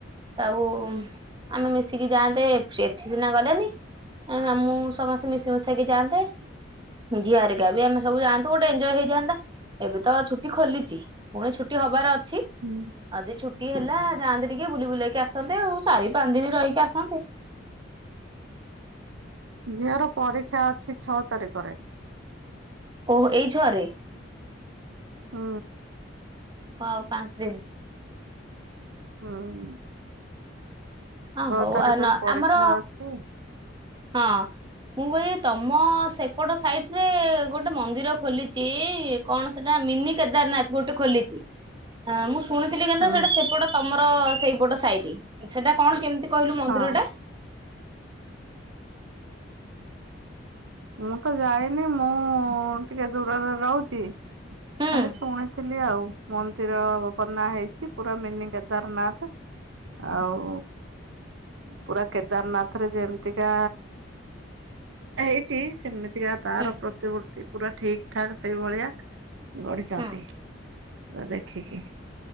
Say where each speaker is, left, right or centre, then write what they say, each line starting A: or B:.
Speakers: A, on the right; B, on the right.
A: ଆଉ ଆମେ ମିଶିକି ଯାଆନ୍ତେ ଏଠି ସିନା ଗଲେନି। ଆମେ ମୁଁ ସମସ୍ତେ ମିଶି ମିଶକେ ଯାଆନ୍ତେ। ଝିଆରିକା ବି ଆମେ ସବୁ ଯାଆନ୍ତୁ ଗୋଟ ଏଞଜୟ ହେଇଥାନ୍ତା। ତ ଛୁଟି ଖୋଲିଛି ପୁଣି ଛୁଟି ହବାର ଅଛି।
B: ହୁଁ
A: ଆଦି ଛୁଟି ହେଲା ଯାଆନ୍ତେ ଟିକେ ବୁଲି ବୁଲେଇକି ଆସନ୍ତେ ଆଉ ଚାରି ପାଞ୍ଚ ଦିନ ରହିକି ଆସନ୍ତେ।
B: ଝିଅ ର ପରୀକ୍ଷା ଅଛି ଛଅ ତାରିଖରେ।
A: ଓହୋ ଏଇ ଛଅରେ?
B: ହୁଁ
A: ଆଉ ପାଞ୍ଚ ଦିନ
B: ହୁଁ
A: ହଁ
B: ଛଅ
A: ହଉ
B: ତାରିଖରେ
A: ଆ
B: ପରୀକ୍ଷା
A: ଆମର
B: ଅଛି
A: ହଁ ମୁଁ କହିଲି ତମ ସେପଟ ସାଇଟ ରେ ଗୋଟେ ମନ୍ଦିର ଖୋଲିଛି। କଣ ସେଟା ମିନି କେଦାରନାଥ ଗୋଟେ ଖୋଲିଛି।
B: <inaudible>
A: ହଁ ମୁଁ ଶୁଣିୁଥିଲି କେନ୍ତୁ
B: ହୁଁ
A: ସେଟା ସେପଟ ତମର ସେଇପଟ ସାଇଟ୍ ସେଟା କଣ କେମିତି? କହିଲୁ ମନ୍ଦିର
B: ହଁ
A: ଟା <inaudible>
B: ମୁଁ ତ ଯାଇନି ମୁଁ ଟିକେ ଦୂରରେ ରହୁଛି।
A: ହୁଁ
B: ଖାଲି ଶୁଣିଥିଲି ଆଉ ମନ ଯୋଉ ବନା ହେଇଚି ପୁରା ମିନି କେଦାରନାଥ ଆଉ ପୁରା କେଦାରନାଥ ରେ ଯେମିତିକା ହେଇ ଛି ସେମିତିକା ତାର
A: ହୁଁ
B: ପ୍ରତିମୂର୍ତ୍ତି ପୁରା ଠିକ୍ ଠାକ୍ ସେଇ ଭଳିଆ ଗଢ଼ିଛନ୍ତି
A: ହୁଁ
B: ପୁରା ଦେଖିକି